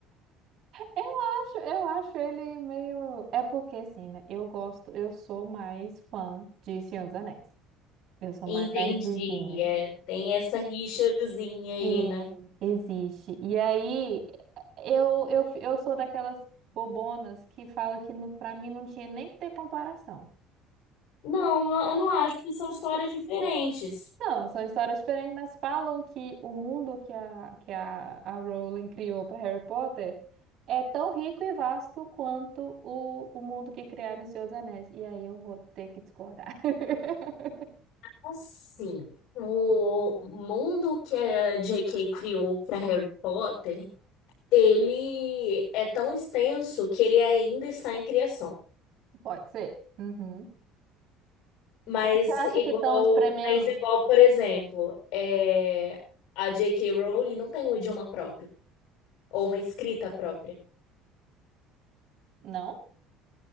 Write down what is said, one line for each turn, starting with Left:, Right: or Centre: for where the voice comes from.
Right: Eu acho, eu acho ele meio, é porque assim, né? Eu gosto, eu sou mais fã de Senhor dos Anéis. Eu sou
Left: Entendi,
Right: mais nerdzinha.
Left: é, tem essa rixazinha aí,
Right: Sim.
Left: né?
Right: Existe. E aí, eu, eu, eu sou daquelas bobonas que fala que no, pra mim não tinha nem que ter comparação.
Left: Não, não- eu não acho que são histórias diferentes.
Right: Não, são histórias diferentes, mas falam que o mundo que a, que a, a Rowling criou para Harry Potter é tão rico e vasto quanto o, o mundo que criaram em Senhor dos Anéis. E aí eu vou ter que discordar. <laughs>
Left: Assim, o mundo que a J.K. criou para Harry Potter, ele é tão extenso que ele ainda está em criação.
Right: Pode ser? Uhum.
Left: Mas
Right: Você acha
Left: igual,
Right: que estão espremendo?
Left: mas igual, por exemplo, é, a J.K. Rowling não tem um idioma próprio ou uma escrita própria.
Right: Não?